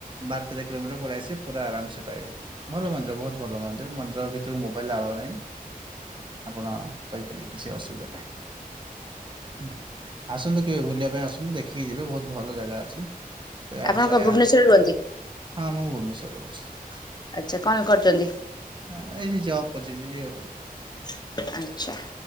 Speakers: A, on the right; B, on the left.
A: ବାର ତେର କିଲୋମିଟର ପଳେଇ ଆସିବେ ପୁରା ଆରାମସ ପାଇବେ ଭଲ ମନ୍ଦିର ବହୁତ ଭଲ ମନ୍ଦିର। ମନ୍ଦର ଭିତରୁ ମୋବାଇଲ୍ ଆଲାଉ ନାହିଁ। ଆପଣ କହି ପାରିବେ କିଛି ଅସୁବିଧା ନାହିଁ। ଆସନ୍ତୁ କେବେ ବୁଲିବା ପାଇଁ ଆସନ୍ତୁ ଦେଖିକି ଯିବେ ବହୁତ ଭଲ ଜାଗା ଅଛି। ଶହେ
B: ଆପଣ
A: ଆଠ, ଶହେ
B: କଣ ଭୁବନେଶ୍ୱରରେ
A: ଆଠ,
B: ରୁହନ୍ତି?
A: ହଁ, ମୁଁ ଭୁବନେଶ୍ୱର ରେ ରହୁଛି।
B: ଆଚ୍ଛା କଣ କରୁଛନ୍ତି।
A: ଏଇଠି ଜବ କରୁଛି ଯିବି ଆଉ
B: <unintelligible> ଆଚ୍ଛା।